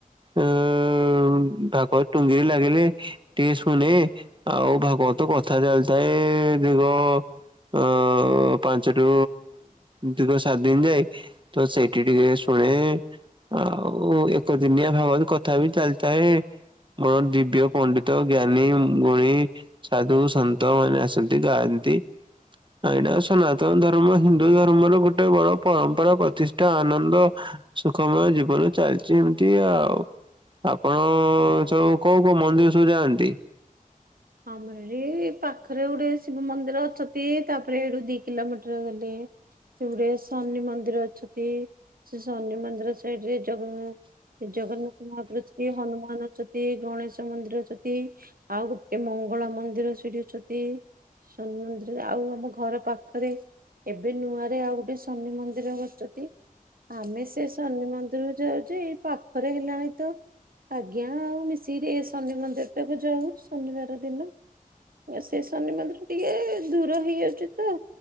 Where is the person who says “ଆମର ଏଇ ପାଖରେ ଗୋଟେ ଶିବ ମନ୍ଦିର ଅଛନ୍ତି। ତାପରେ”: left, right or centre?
Right